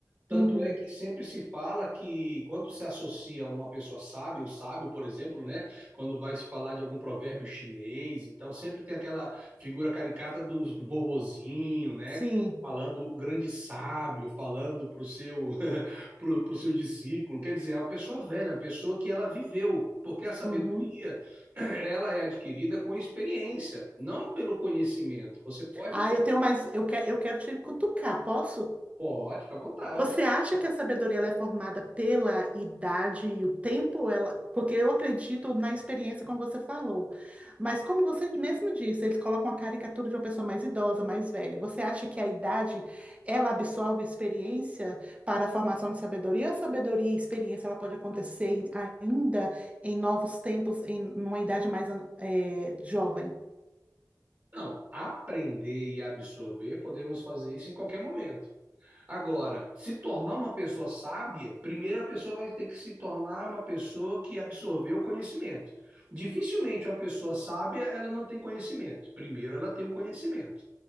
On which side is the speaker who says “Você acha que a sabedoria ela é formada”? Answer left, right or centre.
Right